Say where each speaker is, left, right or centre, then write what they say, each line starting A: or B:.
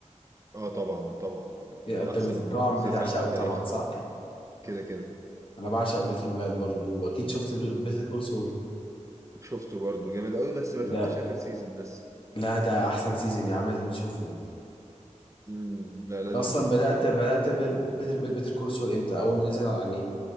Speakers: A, on the right; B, on the left.
A: اه طبعا طبعا
B: انت
A: من احسن
B: بت-
A: المسلسلات
B: طبعا بتعشقه
A: في التاريخ
B: طبعا صح
A: كده كده
B: انا بعشق بريكنج باد برضو واكيد شفت بيتر كول سول
A: شفته برضو جامد قوي بس ما شفتش
B: ده
A: اخر سيزون لسه
B: لا ده احسن سيزون يعني لازم تشوفه
A: مم، لا لازم
B: انت اصلا
A: اشوف
B: بدات بدات بيتر كول سول امتى اول ما نزل يعني